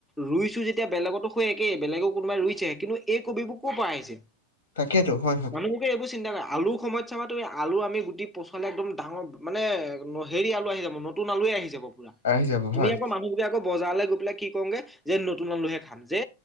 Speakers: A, in the centre; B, on the left (about 65°).
A: ৰুইছো যেতিয়া বেলেগতো হৈ একে বেলেগে কোনোবাই ৰুই কিন্তু এই কবিবোৰ ক'ৰ পৰা আহিছে।
B: তাকেইেতো হয়, হয়।
A: মানুহবোকে এইবোৰ চিন্তা কৰে আলুৰ সময়ত তুমি আলু আমি গুটি পচলি একদম ডাঙৰ মানে হেৰি আলু আহি যাব নতুন আলুৱে আহি যাব পুৰা
B: আহি যাব
A: আমি
B: হয়
A: আকৌ মানুহবিলাকে আকৌ বজাৰলে গৈ পেলাই কি কওঁগে যে নতুন মলুহে খাম যে